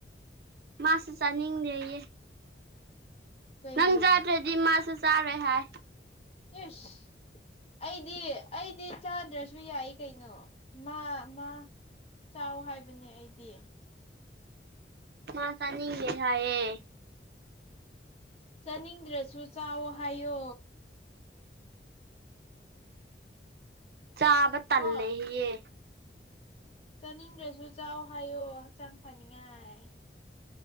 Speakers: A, on the right; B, on the left.
A: ꯃꯥꯁꯨ ꯆꯥꯅꯤꯡꯗꯦꯌꯦ
B: ꯀꯩꯒꯤ
A: ꯅꯪ ꯆꯥꯗ꯭ꯔꯗꯤ ꯃꯥꯁꯨ ꯆꯥꯔꯣꯏ ꯍꯥꯏ
B: ꯏꯁ ꯑꯩꯗꯤ ꯑꯩꯗꯤ ꯆꯥꯗ꯭ꯔꯁꯨ ꯌꯥꯏ ꯀꯩꯅꯣ ꯃꯥ ꯃꯥ ꯆꯥꯎ ꯍꯥꯏꯕꯅꯦ ꯑꯩꯗꯤ
A: ꯃꯥ ꯆꯅꯤꯡꯗꯦ ꯍꯥꯏꯑꯦ
B: ꯆꯥꯅꯤꯡꯗ꯭ꯔꯁꯨ ꯆꯥꯎꯋꯣ ꯍꯥꯏꯌꯣ
A: ꯆꯥꯕ ꯇꯜꯂꯦ
B: ꯀꯣ
A: ꯍꯌꯦ
B: ꯆꯥꯅꯤꯡꯗ꯭ꯔꯁꯨ ꯆꯥꯎ ꯍꯥꯏꯌꯣ ꯍꯛꯆꯥꯡ ꯐꯅꯤꯡꯉꯥꯏ